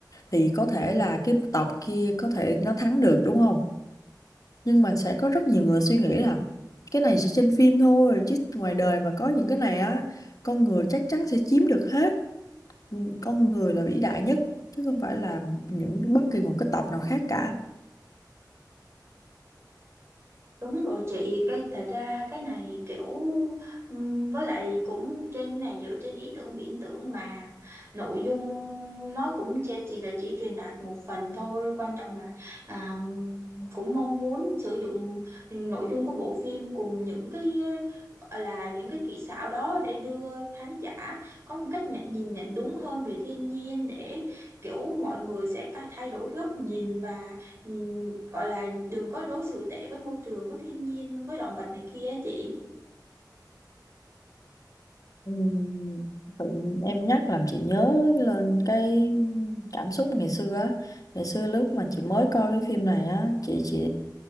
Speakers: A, on the left; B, on the right.
A: thì có thể là cái tộc kia có thể nó thắng được đúng không nhưng mà sẽ có rất nhiều người suy nghĩ là cái này chỉ trên phim thôi chứ ngoài đời mà có những cái này á con người chắc chắn sẽ chiếm được hết Ừ, con người là vĩ đại nhất chứ không phải là những bất kỳ một cái tộc nào khác cả
B: Đúng rồi chị, cái thật ra cái này kiểu ừm, với lại cũng trên này dựa trên ý tưởng viễn tưởng mà nội dung nó cũng chỉ, chỉ là chỉ truyền đạt một phần thôi, quan trọng là à, cũng mong muốn sử dụng nội dung của bộ phim cùng những cái ờ, gọi là những cái kỹ xảo đó để đưa khán giả có một cách nhận nhìn nhận đúng hơn về thiên nhiên để kiểu mọi người sẽ ca- thay đổi góc nhìn và ừ, gọi là đừng có đối xử tệ với môi trường với thiên nhiên với động vật này kia á chị
A: Ừm, tự nhiên em nhắc làm chị nhớ lên cái cảm xúc ngày xưa á ngày xưa lúc mà chị mới coi cái phim này á chị chỉ